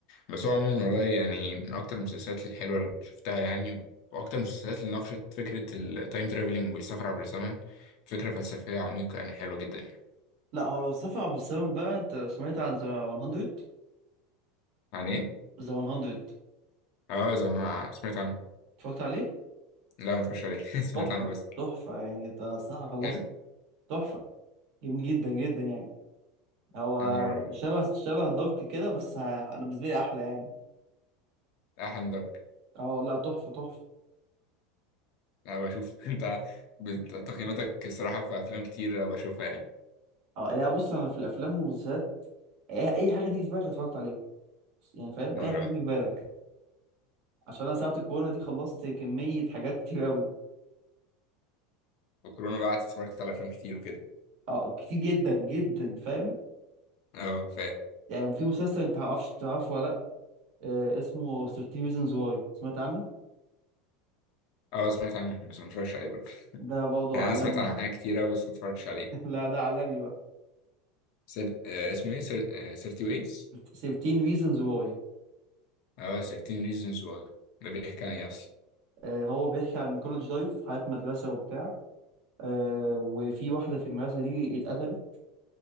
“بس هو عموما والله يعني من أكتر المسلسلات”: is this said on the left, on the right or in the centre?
Left